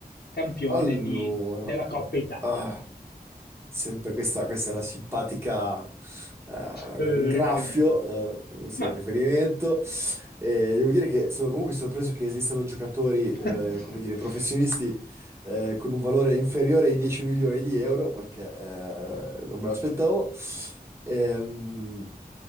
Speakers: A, on the left; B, on the right.
A: campione
B: Allora,
A: di- della Coppa Italia.
B: ah,
A: <laughs>
B: sempre questa, questa è una simpatica, eh,
A: Eh,
B: un graffio,
A: riferimento.
B: eh, sì,
A: Vabbè.
B: un riferimento. Eh, devo dire che sono comunque sorpreso che esistano giocatori, eh,
A: <laughs>
B: come dire, professionisti, eh, con un valore inferiore ai 10 milioni di euro, perché eh, non me l'aspettavo. Ehm,